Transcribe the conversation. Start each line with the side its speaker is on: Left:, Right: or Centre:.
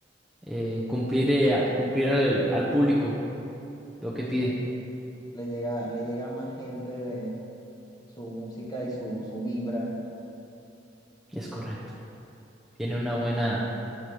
Centre: eh, cumplir, eh, a- cumplir al, al público lo que
Left: Exacto.
Centre: pide.
Left: Le llega, le llega a más gente de su música y su, su vibra.
Centre: Es correcto. Tiene una buena,